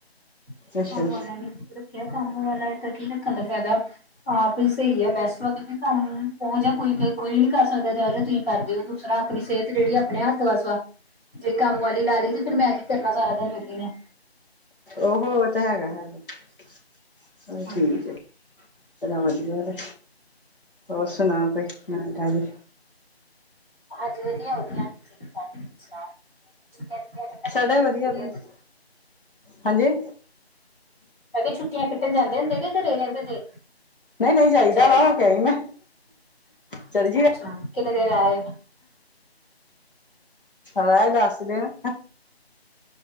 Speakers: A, on the left (about 20°); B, on the left (about 55°).
A: ਕੰਮ
B: ਅੱਛਾ
A: ਵਾਲਾ ਨੀ ਰਖਆ ਕੰਮ ਵਾਲਾ ਦਾ ਫਾਇਦਾ ਆਪ ਸਹੀ ਹੈ, ਬੈਸਟ ਵ ਕਿ ਕੰਮ ਉਹ ਜਾਂ ਕੋਈ- ਕੋਈ ਨੀ ਕਰ ਸਕਦਾ ਜਾ ਜ ਤੁਸੀਂ ਕਰਦੇਓ ਦੂਸਰਾ ਆਪਣੀ ਸਿਹਤ ਜਿਹੜੀ ਆਪਣੇ ਹੱਥ ਵਾਸ ਵ, ਜੇ ਕੰਮ ਵਾਲੀ ਲਾ ਲਈ ਤੇ ਫੇਿਰ ਮੈਂ ਕੀ ਕਰਨਾ ਸਾਰਾ ਦਿਨ ਵੇਲੀ ਨੇ
B: ਉਹ ਤੇ ਹੈਗਾ- ਹੈਗਾ
A: ਹਾਂਜੀ
B: ਠੀਕ ਹੈ ਚ ਵਧੀਆ ਤੇ ਹੋਰ ਸੁਣਾ ਕੋਈ ਨਵੀ ਤਾਜੀ
A: ਹਾਂਜੀ ਵਧੀਆ- ਵਧੀਆ ਠੀਕ- ਠਾਕ ਜੀ ਤੁਸੀਂ ਸੁਣਾਓ ਛੁੱਟੀਆਂ ਕੱਟਣਗੇ
B: ਸਾਡਾ
A: ਘਰੇ
B: ਹੀ ਵਧੀਆ
A: ਰਹਿੰਦੇ?
B: ਬਸ, ਹਾਂਜੀ
A: ਮ ਕਿਹਾ ਛੁੱਟੀਆਂ ਕੱਟਣ ਜਾਂਦੇ ਹੁੰਦੇ ਕਿ ਘਰੇ ਰਹਿੰਦੇ ਤੇ
B: ਨਹੀਂ- ਨਹੀਂ ਜਾਹੀਦਾ
A: ਬੱਚਿਆਂ ਦੇ
B: ਵਾ
A: ਨਾਲ
B: ਹੋ ਕੇ ਆਈ ਮੇਂ ਚੱਲ ਜੀ
A: ਅੱਛਾ ਕਿੰਨੇ ਦੇਰ ਆਏ
B: ਲਾ ਆਏ ਦਸ ਦਿਨ